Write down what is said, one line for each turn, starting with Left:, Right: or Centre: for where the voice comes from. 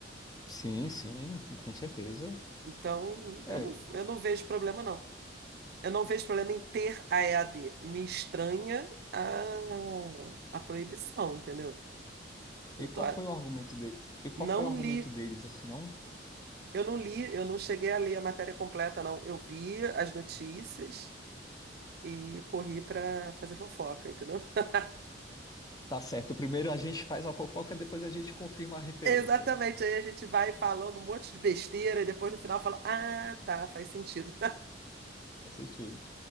Left: Sim, sim, com certeza.
Right: Então,
Left: É,
Right: eu não, eu não vejo problema, não. Eu não vejo problema em ter a EAD. Me estranha a, a proibição, entendeu? Eu
Left: e qual
Right: tô,
Left: foi o argumento de? E qual
Right: não
Left: foi o argumento
Right: li,
Left: deles, assim, não?
Right: eu não li, eu não cheguei a ler a matéria completa, não. Eu vi as notícias e corri para fazer fofoca, entendeu? <laughs>
Left: Tá certo, primeiro a gente faz a fofoca, depois a gente confirma a referência.
Right: Exatamente, aí a gente vai falando um monte de besteira e depois no final fala: Ah, tá, faz sentido.
Left: Faz sentido.